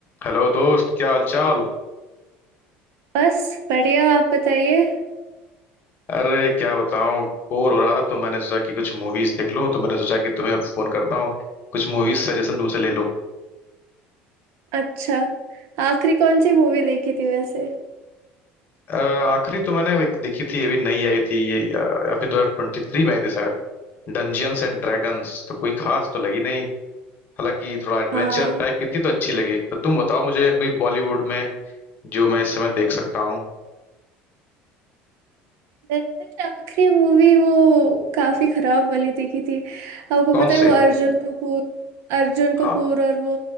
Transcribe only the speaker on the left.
हेलो दोस्त क्या हाल चाल
अरे क्या बताऊं बोर हो रहा था तो मैंने सोचा कि कुछ मूवीज देख लूं तो मैंने सोचा कि तुम्हें फोन करता हूं कुछ मूवीज सजेशन तुमसे ले लूं
अ, आखिरी तो मैंने एक देखी थी अभी नई आई थी ये अ, या फिर 2023 में आई थी शायद डंजियंस एंड ड्रैगन्स तो कोई खास तो लगी नहीं हालांकि थोड़ा एडवेंचर
टाइप की थी तो अच्छी लगी तो तुम बताओ मुझे कोई बॉलीवुड में जो मैं इस समय देख सकता हूँ
कौन
से
हाँ